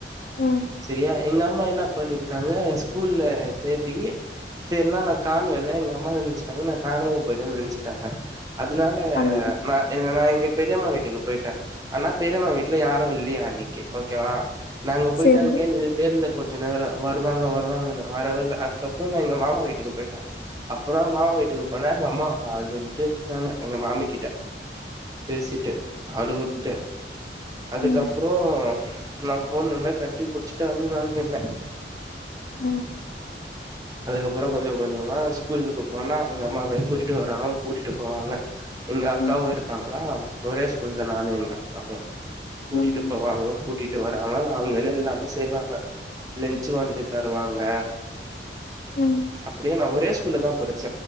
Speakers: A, on the left; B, on the right.
A: ம்
B: செரியா எங்க அம்மா என்ன பண்ணிருக்காங்க ஸ்கூல்ல தேடி தேர்னா நா காணோல எங்க அம்மா நினச்சுட்டாங்க நா காணம போய்டேன்னு நினச்சிட்டாங்க அதனால
A: அது
B: நா நா எங்க பெரியம்மா வீட்டுக்கு போயிட்ட ஆனா பெரியம்மா வீட்டுல யாரு இல்லயா அன்னிக்கு ஓகேவா நா அங்க போயிட்டு
A: சரி
B: அங்கே நின்னுட்டே இருந்த கொஞ் கொஞ்ச நேரோ வருவாங்க வருவாங்கன்னு வரவேல்ல அதுக்கப்றோ நா எங்க மாமா வீட்டுக்கு போயிட்ட அப்றோ மாமா வீட்டுக்கு போனா எங்க அம்மா அளுதுட்டு இருந்தாங்க எங்க மாமி கிட்ட பேசிட்டு அளுவுட்டு அதுக்கப்றோ
A: ம்
B: நா போணுனா கட்டி புடிச்சுட்டு <unintelligible> என்ன
A: உம்
B: அதுக்கப்றோ கொஞ்சோ கொஞ்சமா ஸ்கூல்லுக்கு போனா அங்க அம்மாவே கூட்டிட்டு வருவாங்க கூட்டிட்டு போவாங்க எங்க அக்காவு
A: ம்
B: இருப்பாங்களா ஒரே ஸ்கூல தா நானு எங்க அக்காவு கூட்டிட்டு
A: ம்
B: போவாங்க கூட்டிட்டு வராங்க அவங்களே எல்லாமே செய்வாங்க லேன்சு வண்டு தருவாங்க
A: ம்
B: அப்டியா நா ஒரே ஸ்கூல்ல தா படிச்ச